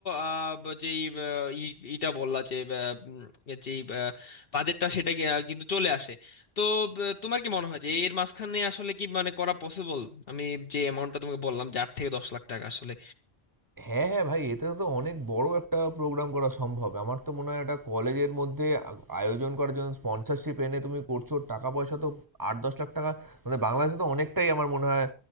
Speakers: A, on the left; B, on the right.
A: আহ, ব- যেই আহ, ই- ইটা বললা যে আহ, উম, যেই বাজেটটা সেটা কি, আহ, কিন্তু চলে আসে তো আহ, তোমার কি মনে হয় যে এর মাঝখানে আসলে কি মানে করা পসিবল আমি যে অ্যামাউন্টটা তোমাকে বললাম যে আট থেকে দশ লাখ টাকা আসলে
B: হ্যাঁ, হ্যাঁ ভাই এতে তো অনেক বড় একটা প্রোগ্রাম করা সম্ভব। আমার তো মনে হয় এটা কলেজের মধ্যে আ আয়োজন করার জন্য স্পন্সরশিপ এনে তুমি করছো। টাকা পয়সা তো ৳৮-১০ লাখ টাকা মানে বাংলাদেশে তো অনেকটাই আমার মনে হয়